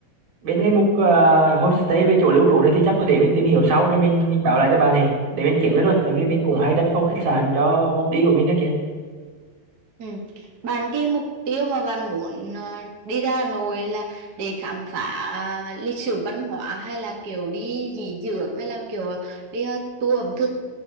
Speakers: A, on the right; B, on the right.
A: bên cái mục à, homestay về chỗ lưu trú này thì chắc là để mình tìm hiểu sau rồi mình mình báo lại cho bà này để mình kiểm cho luôn tại vì mình cũng hay đặt phòng khách sạn cho công ty của mình đó kìa
B: Ừ. Bạn cái mục tiêu mà bạn muốn ờ, đi ra Hà Nội là để khám phá ờ, lịch sử văn hóa hay là kiểu đi nghỉ dưỡng hay là kiểu ờ, đi ờ, tour ẩm thực?